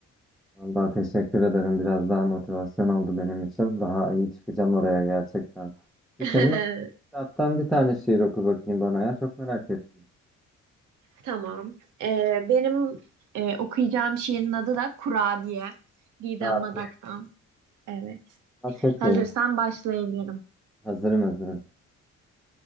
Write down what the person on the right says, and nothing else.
<laughs>
Tamam. Ee, benim e, okuyacağım şiirin adı da Kurabiye. Didem
Madak'tan. Evet.
Hazırsan
başlayabilirim.